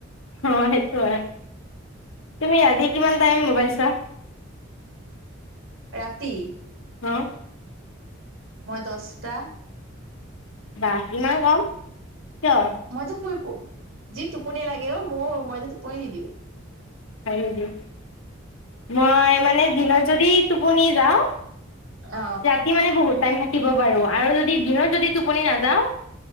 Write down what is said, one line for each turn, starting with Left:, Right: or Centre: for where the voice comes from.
Left: অ সেইটো হয় তুমি ৰাতি কিমান টাইম মোবাইল চোৱা।
Right: ৰাতি
Left: অ-
Right: মই দছটা-
Left: বাাহ ইমান কওঁ কিয়?
Right: মইতো শুই প যি টোপনি লাগে অ মই মইতো টোপনি দি দিওঁ।
Left: হয় নেকি কি মই মানে দিন যদি টোপনি যাওঁ
Right: অ
Left: বাকী মানে বহুত টাইম থাকিব বাৰু আৰু যদি দিনত যদি টোপনি নাযাওঁ।